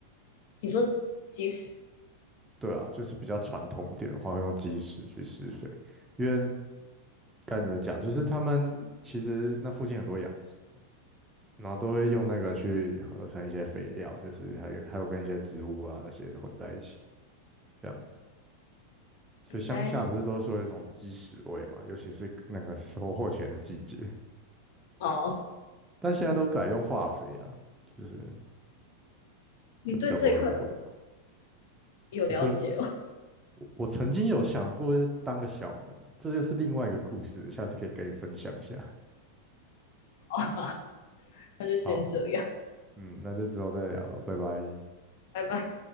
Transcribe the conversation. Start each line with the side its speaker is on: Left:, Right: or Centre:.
Left: 你说即使
Right: 对啊，就是比较传统一点的话，会用基石去施肥，因为该怎么讲，就是他们其实那附近很多养殖，然后都会用那个去合成一些肥料，就是还有还有跟一些植物啊那些混在一起这样子。所以乡下不是都说有一种鸡屎味嘛，
Left: 我现在想
Right: 尤其是那个收获前的季节，
Left: 哦，
Right: 但现在都改用化肥了，就是
Left: 你对这一块
Right: 就比较不会有那个味道。
Left: 有了解哦，
Right: 你说我我曾经有想过要当个小农，这就是另外一个故事，下次可以跟你分享一下。
Left: <laughs> 那就先这样，
Right: 好。嗯，那就之后再聊了，拜拜。
Left: 拜拜。